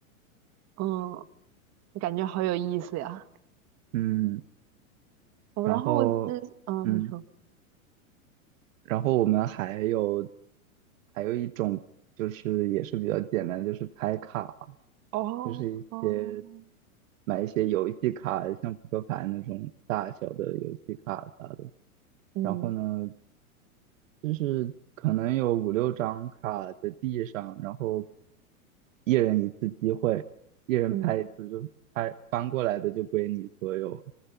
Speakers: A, on the right; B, on the right.
A: 嗯，感觉好有意思呀。
B: 嗯，
A: 哦，
B: 然后嗯。
A: 然后我记嗯，你说，
B: 然后我们还有还有一种就是也是比较简单，就是拍卡，
A: 哦哦。
B: 就是一些买一些游戏卡，像扑克牌那种大小的游戏卡啥的。
A: 嗯
B: 然后呢，就是可能有五六张卡在地上，然后一人一次机会，一人拍一次就拍，
A: 嗯，
B: 翻过来的就归你所有，